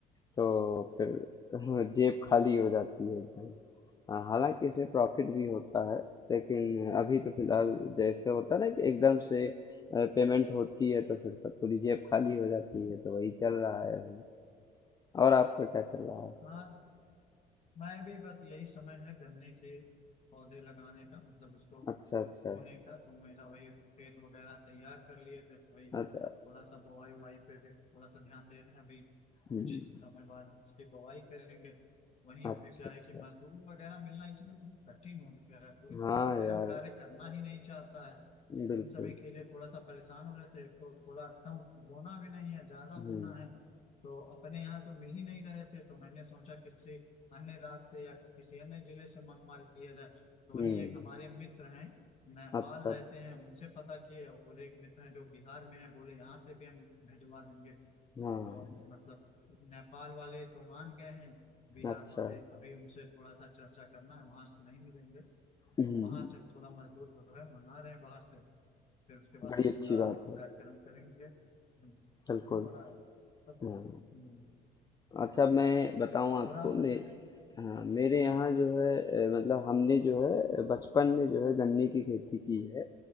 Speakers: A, on the left; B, on the left.
A: तो फिर <laughs> जेब खाली हो जाती है एकदम हाँ, हालांकि इसमें प्रॉफिट
B: हम्म,
A: भी होता है लेकिन अभी तो फिलहाल जैसे होता है ना कि एकदम से पेमेंट होती है तो फिर सब पूरी जेब खाली हो जाती है तो वही चल रहा है अभी और आपका क्या चल रहा है
B: हाँ मैं भी बस यही समय है गन्ने के पौधे लगाने का मतलब उसको
A: अच्छा अच्छा
B: बोने का तो मेरा वही खेत वगैरह तैयार कर लिए थे तो वही थोड़ा
A: अच्छा
B: सा बुआई उवाई पे थोड़ा सा ध्यान दे रहे हैं अभी
A: हम्म,
B: कुछ समय बाद हम उसकी बुआई करेंगे वहीं
A: अच्छा
B: पे क्या
A: अच्छा
B: है कि मजदूर वगैरह मिलना इस समय बहुत कठिन हो गया है कोई धूप
A: हाँ
B: वगैरह
A: यार
B: में कार्य करना ही नहीं चाहता है
A: बिल्कुल
B: इन सभी के लिए थोड़ा सा परेशान हो रहे थे एक तो थोड़ा कम बोना भी नहीं है ज्यादा
A: हम्म
B: बोना है तो अपने यहाँ तो मिल ही नहीं रहे थे तो मैंने सोचा किसी अन्य राज्य से या किसी अन्य जिले से मंगवा लिया जाए तो वहीं
A: हम्म
B: एक हमारे मित्र हैं नेपाल
A: अच्छा
B: रहते हैं उनसे पता किए और एक मित्र हैं जो बिहार में हैं बोले यहाँ से भी हम भिजवा देंगे
A: हाँ
B: तो मतलब नेपाल वाले तो मान गए हैं बिहार
A: अच्छा
B: वाले अभी उनसे थोड़ा सा चर्चा करना है वहां से तो नहीं मिलेंगे
A: हम्म
B: तो वहां से हम थोड़ा मजदूर जो है मंगा रहे हैं बाहर से फिर उसके बाद
A: बड़ी
B: से इसका
A: अच्छी
B: आगे
A: बात
B: का
A: है
B: कार्यक्रम करेंगे हम्म,
A: बिल्कुल
B: काफी बड़ा है मतलब
A: हाँ
B: हम्म,
A: अच्छा मैं बताऊं आपको
B: और आप
A: मैं
B: बताइए
A: हाँ मेरे यहाँ जो है अ, मतलब हमने जो है अ, बचपन में जो है गन्ने की खेती की है